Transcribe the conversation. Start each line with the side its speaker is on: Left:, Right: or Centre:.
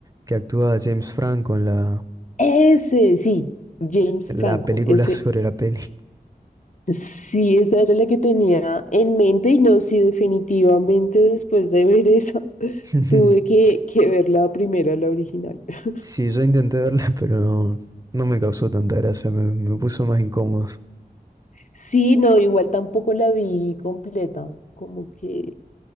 Right: que actúa James Franco en la,
Left: Ese, sí, James
Right: en
Left: Franco,
Right: la película
Left: ese,
Right: <laughs> sobre la peli.
Left: sí, esa era la que tenía en mente y no, sí, definitivamente después de ver esa, <laughs>
Right: <laughs>
Left: tuve que, que ver la primera, la original. <laughs>
Right: Sí, yo intenté verla, pero no, no me causó tanta gracia, me, me puso más incómodo.
Left: Sí, no, igual tampoco la vi completa, como que